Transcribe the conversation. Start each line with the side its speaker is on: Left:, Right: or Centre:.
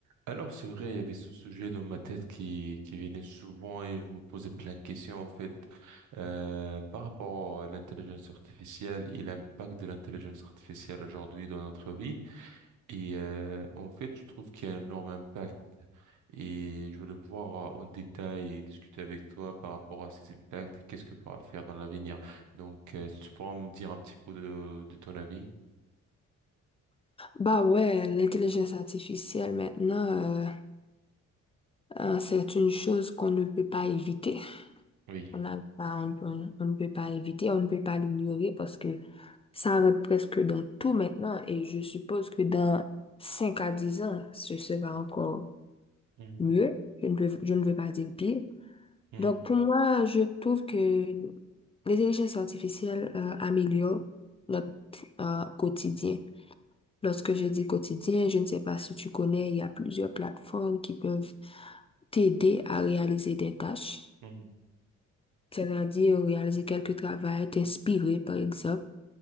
Right: Alors, c'est vrai, il y avait ce sujet dans ma tête qui, qui venait souvent et je me posais plein de questions, en fait, euh, par rapport à l'intelligence artificielle et l'impact de l'intelligence artificielle aujourd'hui dans notre vie. Et, euh, en fait, je trouve qu'il y a un énorme impact et je voulais voir euh, en détail et discuter avec toi par rapport à ces impacts et qu'est-ce que pourra faire dans l'avenir. Donc, euh, si tu pourras me dire un petit peu de, de ton avis?
Left: Bah ouais, l'intelligence artificielle maintenant, euh, euh, c'est une chose qu'on ne peut pas éviter.
Right: Oui.
Left: On n'a pas, on, on- on ne peut pas éviter, on ne peut pas l'ignorer parce que ça rentre presque dans tout maintenant et je suppose que dans 5 à 10 ans, ce sera encore
Right: Mhm,
Left: mieux. Je ne veux, je ne veux pas dire pire.
Right: mhm,
Left: Donc pour moi, je trouve que l'intelligence artificielle, euh, améliore notre, euh, quotidien. Lorsque je dis quotidien, je ne sais pas si tu connais, il y a plusieurs plateformes qui peuvent t'aider à réaliser des tâches,
Right: mhm,
Left: c'est-à-dire réaliser quelques travaux, t'inspirer par exemple.